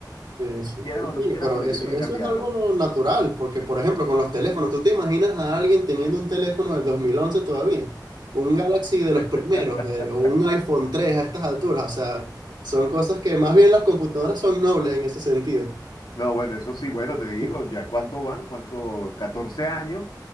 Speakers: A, on the right; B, on the left.
A: Sí, sí.
B: Quieras
A: No,
B: o
A: mira,
B: no quieras,
A: pero
B: porque
A: eso,
B: tienes que
A: eso
B: cambiarlo.
A: es algo natural, porque por ejemplo con los teléfonos, ¿tú te imaginas a alguien teniendo un teléfono del 2011 todavía? Un Galaxy de los
B: <laughs>
A: primeros, de- o un iPhone tres a estas alturas, o sea, son cosas que más bien las computadoras son nobles en ese sentido.
B: No, bueno, eso sí, bueno, te digo,
A: <laughs>
B: ya cuánto van, cuánto, 14 años